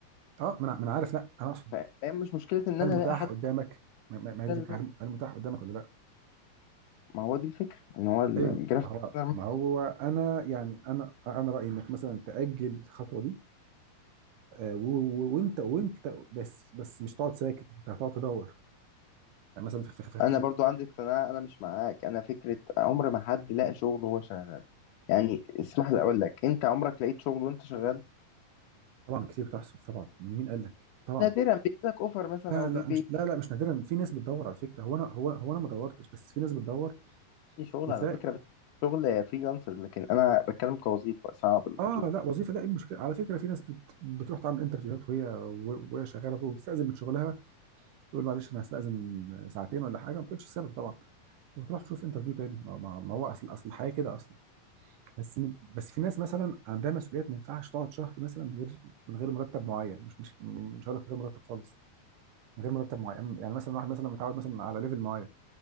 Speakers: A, on the right; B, on the left.
A: اه ما انا ما أنا عارف لا انا اقصد
B: ف- فهي مش مشكلة إن
A: هل
B: أنا
A: متاح
B: ألاقي حد
A: قدامك ما ما- ما هي دي
B: إن
A: الفكره
B: أنا
A: هل هل متاح قدامك ولا لا
B: ما هو دي الفكرة إن هو الجرافيك
A: ايوه ما هو
B: ديزاينر
A: ما هو انا يعني انا انا رايي انك مثلا تاجل الخطوه دي آه، و- و- وانت وانت بس بس مش هتقعد ساكت انت هتقعد تدور يعني مثلا في في في
B: انا
A: في-
B: برضو عندي اقتناع انا مش معاك انا فكره عمر ما حد لاقى شغل وهو شغال يعني اسمح لي اقول لك انت عمرك لقيت شغل وانت شغال
A: طبعا كتير بتحصل طبعا مين قال لك طبعا
B: نادرا بيجيلك اوفر مثلا
A: لا
B: او
A: لا
B: بيبي
A: مش لا لا مش نادرا في ناس بتدور على فكره هو انا هو هو انا ما دورتش بس في ناس بتدور
B: لي شغل
A: وتلاقي
B: على فكره بس شغل فريلانسر لكن انا بتكلم كوظيفه صعب الموضوع
A: اه لا وظيفه لا ايه المشكله على فكره في ناس بت... بتروح تعمل انترفيوهات وهي و- وهي شغاله وبتستاذن من شغلها تقول معلش انا هستاذن ساعتين ولا حاجه ما بتقولش السبب طبعا وتروح تشوف انترفيو تاني ما ما- ما هو اصل اصل الحياه كده اصلا بس بس في ناس مثلا عندها مسؤوليات ما ينفعش تقعد شهر مثلا من غير من غير مرتب معين مش مش مش هقول لك من غير مرتب خالص من غير مرتب معين يعني مثلا واحد مثلا متعود مثلا على ليفل معين